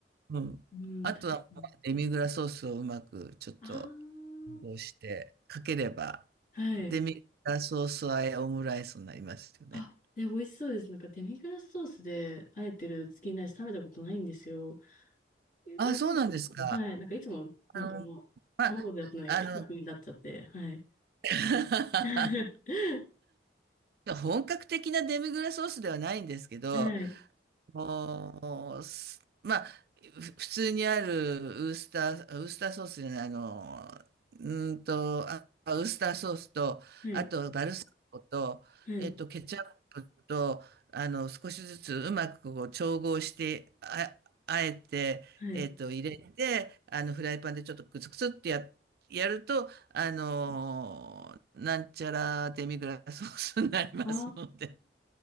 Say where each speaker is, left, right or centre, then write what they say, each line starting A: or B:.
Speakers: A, on the right; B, on the left.
A: うん。
B: うん、
A: あとは、
B: 確かに。
A: デミグラソースをうまくちょっと、
B: あー
A: こうして、かければ、
B: はい。
A: デミグラソース和えオムライスになりますよね。
B: あ、で、美味しそうです。なんかデミグラスソースであえてるチキンライス食べたことないんですよ。え、
A: あ、
B: 美味しいです。
A: そうなんですか。
B: はい。なんかいつも、
A: あの、
B: なんかもう、
A: まあ、
B: 卵でやったのにケチャップになっちゃって、
A: あの、
B: はい。
A: <laughs>
B: <laughs>
A: 本格的なデミグラスソースではないんですけど、
B: はい。
A: もう、すまあ、ふ普通にあるウースター、ウースターソースじゃない、あの、うーんと、あ、ウースターソースと、
B: はい。
A: あとバルサミコと、
B: はい。
A: えっと、ケチャップと、あの、少しずつうまくこう調合して、あ、あえて、
B: はい。
A: えっと、入れて、あの、フライパンでちょっとクツクツってや、やると、あの、なんちゃらデミグラスソースになりますので。
B: あ